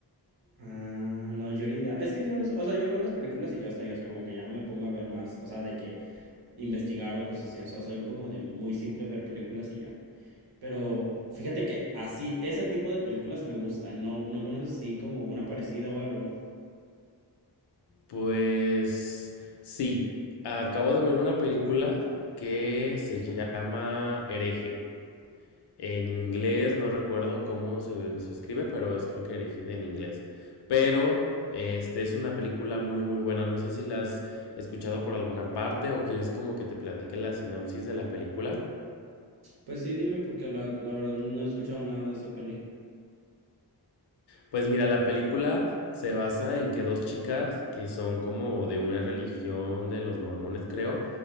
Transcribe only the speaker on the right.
Ah, no, yo ni idea. Es que yo no, o sea, yo veo las películas y ya está, y, o sea, como que ya no me pongo a ver más, o sea, de que investigar o cosas así, o sea, soy como de muy simple ver películas y ya. Pero fíjate que así, ese tipo de películas me gustan, no, no conoces así como una parecida o algo.
Pues sí, dime, porque la, la verdad no he escuchado nada de esa peli.